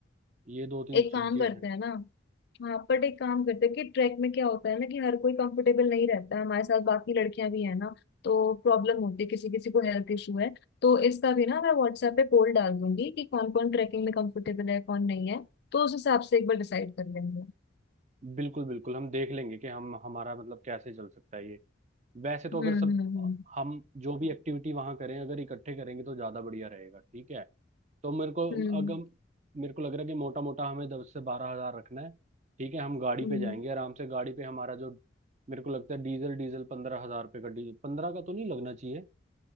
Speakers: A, on the right; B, on the left.
A: ये दो तीन
B: एक
A: चीजें
B: काम करते
A: हैं
B: हैं ना हाँ बट एक काम करते हैं कि ट्रैक में क्या होता है ना कि हर कोई कंफर्टेबल नहीं रहता है हमारे साथ बाकी लड़कियां भी है ना तो प्रॉब्लम होती है किसी किसी को हेल्थ इशू है तो इसका भी ना मैं व्हाट्सएप पे पोल डाल दूंगी कि कौन कौन ट्रैकिंग में कंफर्टेबल है कौन नहीं है तो उस हिसाब से एक बार डिसाइड कर लेंगे
A: बिल्कुल बिल्कुल हम देख लेंगे कि हम हमारा मतलब कैसे चल सकता है ये वैसे तो
B: हम्म
A: अगर सब
B: हम्म हम्म
A: हम जो भी एक्टिविटी वहां करें अगर इकट्ठे करेंगे तो ज्यादा बढ़िया रहेगा ठीक है तो मेरे को
B: हम्म
A: अगर मेरे को लग रहा है कि मोटा मोटा हमें दस से बारह हजार रखना है ठीक है हम गाड़ी
B: हम्म,
A: पे जाएंगे आराम से गाड़ी पे हमारा जो मेरे को लगता है डीजल डीजल पंद्रह हजार रुपये का डीजल पंद्रह का तो नहीं लगना चाहिए